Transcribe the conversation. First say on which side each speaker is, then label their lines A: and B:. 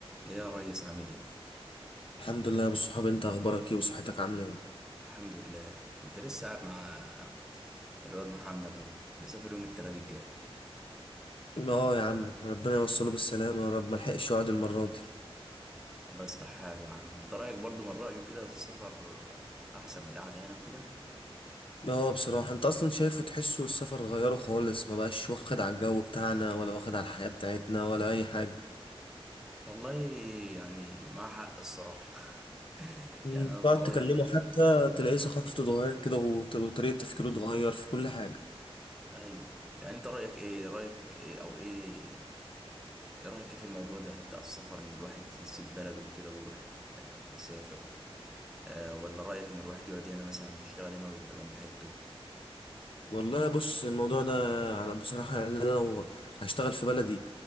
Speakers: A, in the centre; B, on the left.
A: ايه يا ريس عامل ايه
B: الحمد لله يا ابو الصحاب انت اخبارك ايه وصحتك عامله ايه
A: الحمد لله كنت لسه قاعد مع الواد محمد اهو مسافر يوم التلات الجاي
B: اه يا عم ربنا يوصله بالسلامه يا رب ما لحقش يقعد المره دي
A: والله يصلح حاله يا عم انت رايك برضو من رايه كده السفر احسن من القعده هنا وكده
B: اه بصراحه انت اصلا شايفه تحسه السفر غيره خالص ما بقاش واخد على الجو بتاعنا ولا واخد على الحياه بتاعتنا ولا اي حاجه
A: والله يعني مع حق الصراحه <laughs>
B: مم،
A: يعني انا من
B: تقعد
A: رايي
B: تكلمه
A: فعلا
B: حتى تلاقيه
A: امم
B: ثقافته اتغيرت كده وط- وطريقه تفكيره اتغير في كل حاجه
A: ايوه يعني انت رايك ايه رايك ايه او ايه ايه رايك ايه في الموضوع ده بتاع السفر ان الواحد يسيب بلده وكده ويروح آه، يسافر آه، ولا رأيك إن الواحد يقعد هنا مثلا يشتغل هنا ويبقى جنب عيلته؟
B: والله بص الموضوع ده على- بصراحه يعني انا لو هشتغل في بلدي